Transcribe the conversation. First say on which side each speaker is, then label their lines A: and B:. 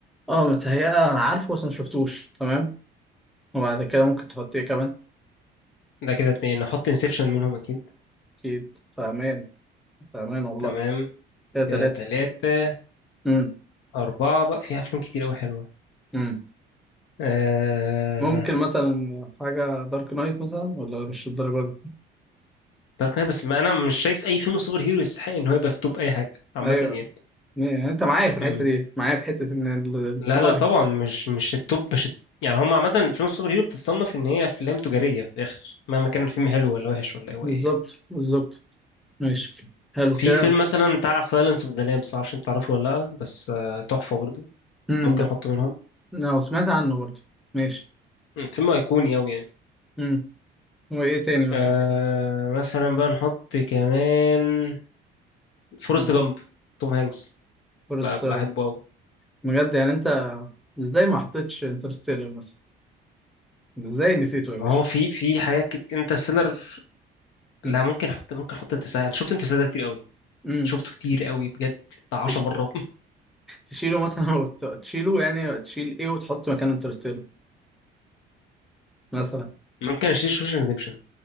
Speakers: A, in the centre; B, on the left.
A: اه متهيأ انا عارفه بس ما شفتوش تمام وبعد كده ممكن تحط ايه كمان
B: ده كده اتنين نحط انسبشن منهم اكيد
A: اكيد فاهمان فاهمان والله
B: تمام
A: كده تلاتة
B: كده تلاتة
A: امم
B: أربعة بقى فيها أفلام كتير أوي حلوة
A: امم
B: آه...
A: ممكن مثلا حاجة دارك نايت مثلا ولا مش الدرجة دي
B: دارك نايت بس ما أنا مش شايف أي فيلم سوبر هيرو يستحق إن هو يبقى في توب أي حاجة عامة
A: ايوه
B: يعني
A: يعني انت معايا في الحتة
B: مم.
A: دي معايا في حتة ان ال- السوبر
B: لا لا طبعا مش مش التوب مش الت... يعني هم عامة فيلم السوبر هيرو بتتصنف إن هي أفلام تجارية في الآخر مهما كان الفيلم حلو ولا وحش ولا هو
A: بالظبط
B: إيه يعني.
A: بالظبط ماشي حلو
B: في
A: كده
B: فيلم مثلا بتاع سايلنس اوف ذا لامبس معرفش انت تعرفه ولا لا بس آه، تحفة برضو
A: امم
B: ممكن
A: ده
B: احطه منهم
A: انا سمعت عنه برضه ماشي
B: مم، فيلم ايقوني اوي يعني
A: امم وايه تاني
B: أه
A: مثلا
B: مثلا بقى نحط كمان فورست
A: اه
B: جامب توم هانكس
A: فورست
B: ب- بحبه اوي
A: بجد يعني انت ازاي ما حطيتش انترستيلر مثلا ازاي نسيته يا
B: ما
A: باشا
B: هو في في حاجات كده انترستيلر لا
A: بز-
B: ممكن احط ممكن احط انترستيلر انا شفت انترستيلر كتير قوي
A: مم.
B: شفته كتير قوي بجد بتاع
A: تش...
B: 10 مرات
A: تشيله مثلا <laughs> أو ت- تشيله يعني تشيل ايه وتحط مكان انترستيلر مثلا
B: <laughs> ممكن اشيل شوشن ريديمشن